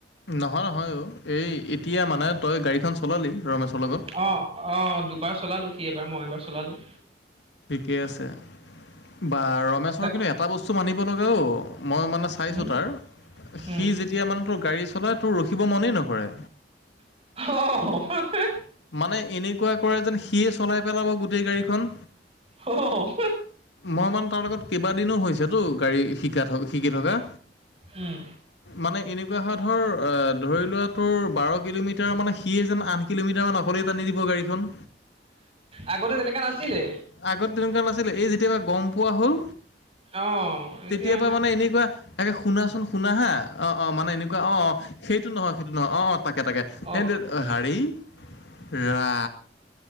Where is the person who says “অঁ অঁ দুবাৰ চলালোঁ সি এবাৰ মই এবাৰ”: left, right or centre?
Right